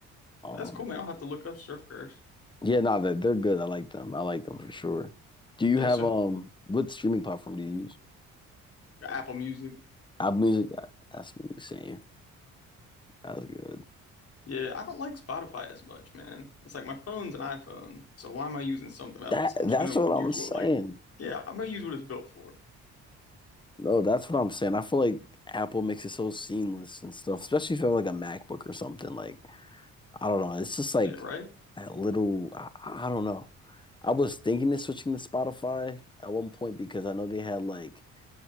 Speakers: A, on the left; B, on the left.
A: Um,
B: That's cool, man. I'll have to look up Surf Curse.
A: yeah, no, they're, they're good. I like them. I like them for sure. Do you
B: Yeah,
A: have
B: so
A: um, what streaming platform do you use?
B: Apple Music.
A: Apple Music? That, that's what you're saying. That's good.
B: Yeah, I don't like Spotify as much, man. It's like my phone's an iPhone, so why am I using something else?
A: That
B: I'm
A: that's
B: just gonna
A: what
B: use
A: I'm
B: what
A: saying.
B: like, yeah, I'm gonna use what it's built for.
A: No, that's what I'm saying. I feel like Apple makes it so seamless and stuff, especially if you have like a MacBook or something. Like I don't know. It's just like
B: Yeah, right?
A: that little, I, I don't know. I was thinking of switching to Spotify at one point because I know they had like